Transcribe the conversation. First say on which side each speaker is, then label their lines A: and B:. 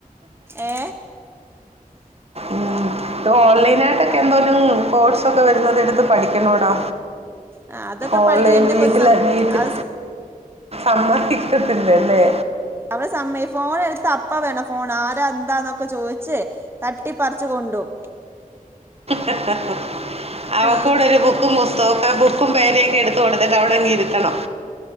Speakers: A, on the right; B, on the right.
A: ഏ
B: ഉം ഓൺലൈനായിട്ടൊക്കെന്തോരം
A: അപ്-
B: കോഴ്സൊക്കെ വരുന്നുന്നതെടുത്ത് പഠിക്കുന്നോടാ
A: ആ, അതൊക്കെ
B: ഓൺലൈൻ
A: പഠിക്കുന്ന എന്റെ
B: വീട്ടില്
A: കൊച്ച് സം-
B: വീട്ടിൽ
A: അത്
B: അമ്മ ഇട്ടിട്ടില്ലല്ലേ
A: അവള് സമ്മയി ഫോണെടുത്താ അപ്പവേണം ഫോണ് ആരാ എന്നൊക്ക ന്നൊക്കെ ചോയിച്ച് തട്ടിപ്പറിച്ച് കൊ ണ്ടോവും
B: ഹ-ഹ-ഹ-ഹ അവൾക്ക്ക്കൂടെ
A: ഏ
B: ഒരു ബുക്കും പുസ്തകും ആ ബുക്കും പേനയൊക്കെടുത്ത് കൊടുത്തിട്ട് അവിടങ്ങിരുത്തണം